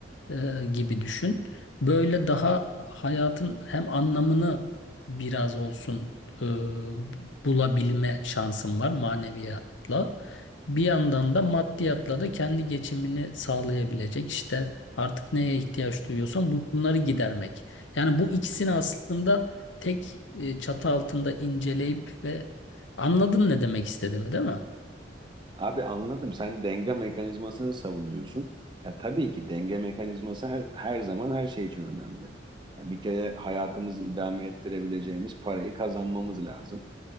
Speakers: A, on the left (about 75°); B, on the right (about 25°).
A: e, gibi düşün. Böyle daha hayatın hem anlamını biraz olsun e, bulabilme şansın var maneviyatla. Bir yandan da maddiyatla da kendi geçimini sağlayabilecek işte artık neye ihtiyaç duyuyorsan bunları gidermek. Yani bu ikisini aslında tek e, çatı altında inceleyip ve anladın ne demek istediğimi değil mi?
B: Abi anladım. Sen denge mekanizmasını savunuyorsun. Ya tabii ki denge mekanizması her, her zaman her şey için önemli. Ya bir kere hayatımızı idame ettirebileceğimiz parayı kazanmamız lazım.